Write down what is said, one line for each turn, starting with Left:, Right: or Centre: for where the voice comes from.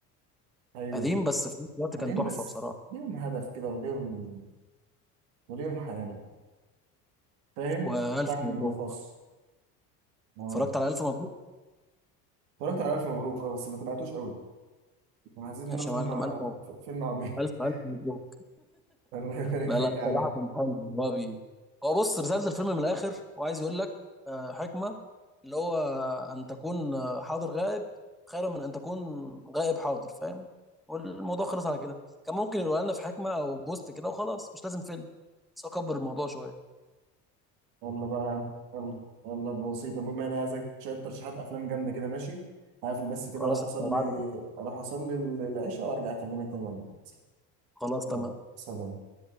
Right: ايوه
Centre: قديم بس في نفس الوقت
Right: بعدين
Centre: كان تحفه
Right: بس
Centre: بصراحه
Right: ليهم هدف كده وليهم وليهم حياة فاهم
Centre: والف
Right: طعم
Centre: مبروك
Right: خاص اه
Centre: اتفرجت على الف مبروك
Right: اتفرجت على الف مبروك اه بس ما تبعتوش قوي انا حسيت
Centre: ماشي
Right: انه فيلم
Centre: يا معلم
Right: ع-
Centre: الف مبروك
Right: ف- فيلم عبيط
Centre: الف الف
Right: <laughs>
Centre: مبروك
Right: الله يبارك
Centre: لا
Right: فيك
Centre: لا
Right: يا عمي
Centre: بصراحة كان حلو إن هو بي هو بص رسالة الفيلم من الآخر هو عايز يقول لك آه، حكمة اللي هو أن تكون آه، حاضر غائب خير من أن تكون غائب حاضر فاهم والموضوع خلص على كده كان ممكن يقولها لنا في حكمة أو بوست كده وخلاص مش لازم فيلم بس هو كبر الموضوع شوية
Right: يلا بقى يا عم يلا والله بسيطة المهم انا عايزك شوية ترشيحات افلام جامدة كده ماشي هقفل بس كده
Centre: خلاص
Right: اروح اصلي
Centre: أنت هبعت لك.
Right: اروح اصلي العشاء وارجع اكلمك تاني بعد ما أخلص.
Centre: خلاص
Right: يلا
Centre: تمام
Right: سلام